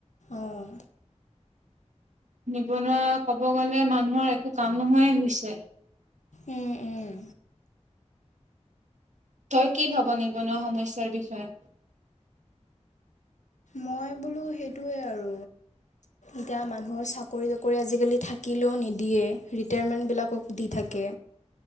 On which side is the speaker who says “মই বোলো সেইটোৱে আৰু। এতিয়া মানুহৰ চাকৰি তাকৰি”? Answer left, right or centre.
Left